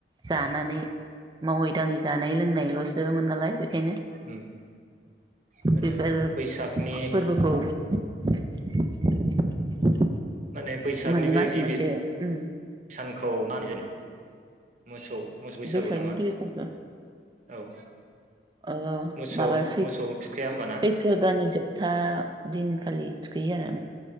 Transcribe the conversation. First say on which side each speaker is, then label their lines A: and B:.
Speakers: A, on the right (about 25°); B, on the right (about 40°).
A: जानानै मावै दाङै जानाय लोंनायलसोमोन नालाय। बेखायनो
B: उम आरो
A: बेफोर
B: बैसागनि
A: फोरबोखौ <unintelligible>
B: माने बैसागनि
A: माने
B: बे
A: मास
B: गिबि
A: मोनसे उम
B: सान खौ <unintelligible> मोसौ मोसौ बैसागु
A: बैसागनि
B: नामा
A: गिबि सानखौ
B: औ
A: अ
B: मोसौ
A: माबा सै
B: मोसौ थुखाया होमबाना
A: सैत्र दाननि जोबथा दिनखालि थुखैयो आरो